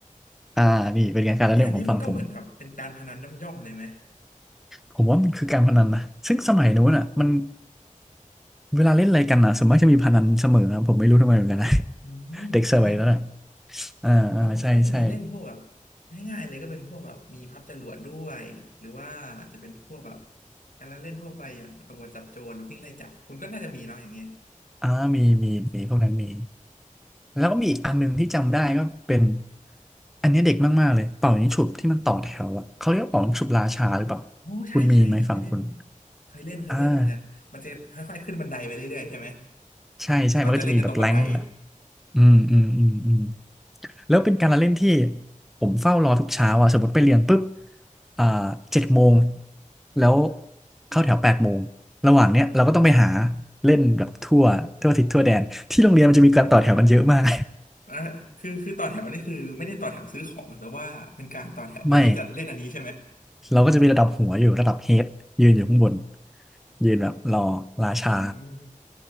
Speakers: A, in the centre; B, on the left.
A: ๆอ่านี่เป็นไงการละเล่นของฝั่งผม
B: นี่อันนี้มันก็เหมือนแบบเป็นการพนันย่อมๆเลยไหม
A: ผมว่ามันคือการพนันนะซึ่งสมัยนู้นอ่ะมันเวลาเล่นอะไรกันอ่ะส่วนมากจะมีพนันเสมอนะผมไม่รู้ทำไมเหมือนกันนะ
B: อืม
A: <laughs> เด็กสมัยนั้นอ่ะอ่าอ่าใช่ใช่
B: <laughs> ของผมก็จะมีเล่นพวกแบบง่ายๆเลยก็เป็นพวกแบบมีพับจรวดด้วยหรือว่าจะเป็นพวกแบบการละเล่นทั่วไปอย่างตำรวจจับโจรหรือวิ่งไล่จับคุณก็น่าจะมีเนาะอย่างเงี้ย
A: อ่ามีมีมีพวกนั้นมีแล้วก็มีอีกอันหนึ่งที่จำได้ก็เป็นอันนี้เด็กมากๆเลยเป่ายิงฉุบที่มันต่อแถวอ่ะเขาเรียกว่าเป่ายิงฉุบราชาหรือเปล่า
B: โอ้ใช่ใช่เคยเล่น
A: คุณมีไหมฝั่งคุณ
B: เคยเล่นเคยเล่นเหมือนกันมันจะค่อยๆขึ้นบันไดไปเรื่อยๆใช่ไหม
A: อ่าใช่ใช่มันก็จะมีแบบแรงค์อ่ะ
B: เราจะเล่นกันตรงบันได
A: อืมอืมอืมอืม แล้วเป็นการละเล่นที่ผมเฝ้ารอทุกเช้าอ่ะสมมติไปเรียนปุ๊บอ่าเจ็ดโมงแล้วเข้าแถวแปดโมงระหว่างเนี้ยเราก็ต้องไปหาเล่นแบบทั่วทั่วทิศทั่วแดนที่โรงเรียนมันจะมีการต่อแถวกันเยอะมาก
B: อ่ะคือคือต่อแถวนี่คือไม่ได้ต่อแถวซื้อของแต่ว่าเป็นการต่อแถวเพื่อที่จะเล่นอันนี้ใช่ไหม
A: <laughs> ไม่เราก็จะมีระดับหัวอยู่ระดับเฮดยืนอยู่ข้างบนยืนแบบรอราชา
B: อืม